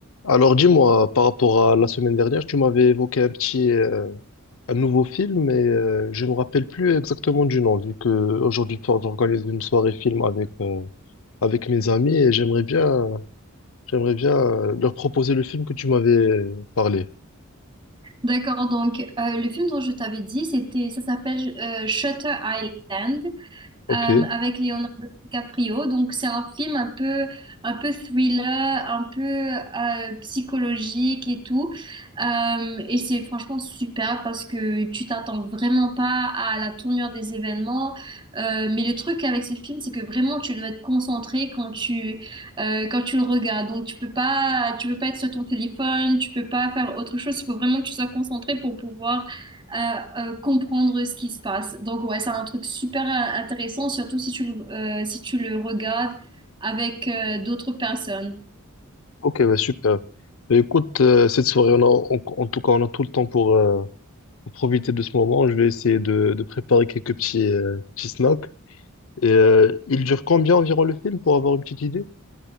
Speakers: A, on the left; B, on the right.
A: Alors dis-moi, par rapport à la semaine dernière, tu m'avais évoqué un petit, euh, un nouveau film, mais euh, je ne me rappelle plus exactement du nom, vu que aujourd'hui soir, j'organise une soirée film avec, euh, avec mes amis et j'aimerais bien, j'aimerais bien euh, leur proposer le film que tu m'avais euh, parlé.
B: D'accord, donc euh, le film dont je t'avais dit, c'était, ça s'appelle euh, Shutter Island
A: Ok,
B: euh, avec Leonardo DiCaprio. Donc c'est un film un peu, un peu thriller, un peu euh, psychologique et tout. Euh, et c'est franchement super parce que tu t'attends vraiment pas à la tournure des événements. Euh, mais le truc avec ce film, c'est que vraiment tu dois être concentré quand tu, euh, quand tu le regardes. Donc tu peux pas, tu peux pas être sur ton téléphone, tu peux pas faire autre chose. Il faut vraiment que tu sois concentré pour pouvoir à euh, comprendre ce qui se passe. Donc ouais, c'est un truc super euh, intéressant, surtout si tu le, euh, si tu le regardes avec euh, d'autres personnes.
A: ok, bah super. Bah, écoute, euh, cette soirée, on a, en en tout cas, on a tout le temps pour, euh, pour profiter de ce moment. Je vais essayer de, de préparer quelques petits, euh, petits snacks. Et euh, il dure combien environ le film pour avoir une petite idée?